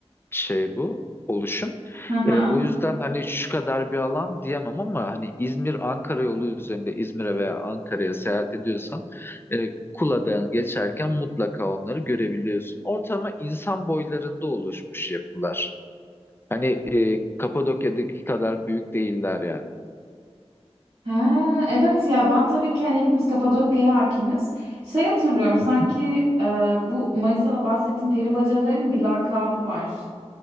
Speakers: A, on the left; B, on the right.
A: şey bu oluşum.
B: Hı hı.
A: E, o yüzden hani şu kadar bir alan diyemem ama hani İzmir-Ankara yolu üzerinde İzmir'e veya Ankara'ya seyahat ediyorsan e, Kula'dan geçerken mutlaka onları görebiliyorsun. Ortama insan boylarında oluşmuş yapılar. Hani e, Kapadokya'daki kadar büyük değiller yani.
B: Ha, evet ya ben tabii ki hani hepimiz Kapadokya'ya hakimiz. Şey hatırlıyorum sanki
A: Hı hı.
B: e, bu Manisa'da bahsettiğim peri bacalarının bir lakabı var.